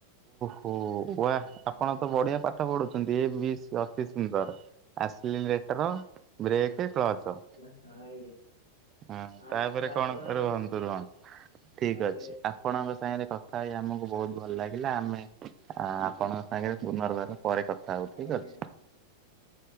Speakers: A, on the right; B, on the right.
A: ଓ ୱା ଆପଣ ତ ବଢିଆ ପାଠ ପଢୁଛନ୍ତି, ଏ ବି ସି ଅତି ସୁନ୍ଦର। ଆସିଲେ ଲିଟର ବ୍ରେକ୍ କ୍ଲଚ।
B: ବ୍ରେକ୍ ହଁ ଆଜ୍ଞା
A: ହଁ
B: ଫାଷ୍ଟ
A: ତାପରେ
B: ଷ୍ଟାର୍ଟ
A: କଣ
B: କଲା ବେଳେ
A: ରୁହନ୍ତୁ ରୁହନ୍ତୁ ଠିକ
B: ତାପରେ
A: ଅଛି। ଆପଣ ଆପଣଙ୍କ ସାଙ୍ଗରେ କଥା ହେଇ ଆମକୁ ବହୁତ ଭଲ ଲାଗିଲା, ଆମେ ଆ ଆପଣଙ୍କ ସାଙ୍ଗରେ ପୁନର୍ବାର ପରେ କଥା ହବୁ ଠିକ
B: ଆଜ୍ଞା
A: ଅଛି।
B: ଆଜ୍ଞା।